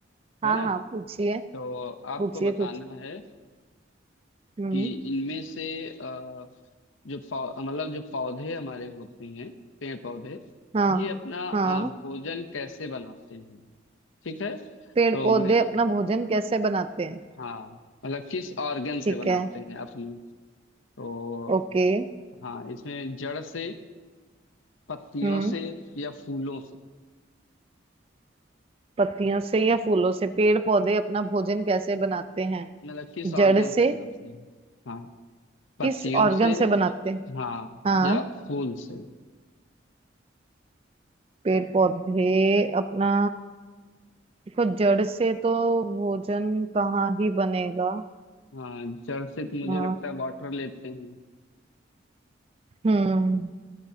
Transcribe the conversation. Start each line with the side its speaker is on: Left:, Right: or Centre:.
Left: है
Right: हाँ
Left: ना
Right: हाँ पूछिए
Left: तो आपको
Right: पूछिए
Left: बताना
Right: कुछ
Left: है
Right: हम्म
Left: कि इनमें से अ, जो पौ मतलब जो पौधे हमारे होते हैं पेड़ पौधे
Right: हाँ
Left: ये अपना अ,
Right: हाँ
Left: भोजन कैसे बनाते हैं ठीक है
Right: पेड़
Left: तो
Right: पौधे
Left: मैं
Right: अपना भोजन कैसे बनाते हैं
Left: हाँ मतलब किस ऑर्गन से
Right: ठीक
Left: बनाते
Right: है
Left: हैं अपनी तो
Right: ओके
Left: हाँ इसमें जड़ से पत्तियों
Right: हम्म
Left: से या फूलों से
Right: पत्तियों से या फूलों से पेड़ पौधे अपना भोजन कैसे बनाते हैं
Left: मतलब किस ऑर्गन
Right: जड़
Left: से
Right: से
Left: बनाते हैं हाँ पत्तियों
Right: किस ऑर्गन
Left: से
Right: से बनाते हैं
Left: हाँ
Right: हाँ
Left: या फूल से
Right: पेड़ पौधे अपना देखो जड़ से तो भोजन कहाँ ही बनेगा
Left: हाँ जड़ से तो मुझे
Right: अ,
Left: लगता है वाटर लेते हैं
Right: हम्म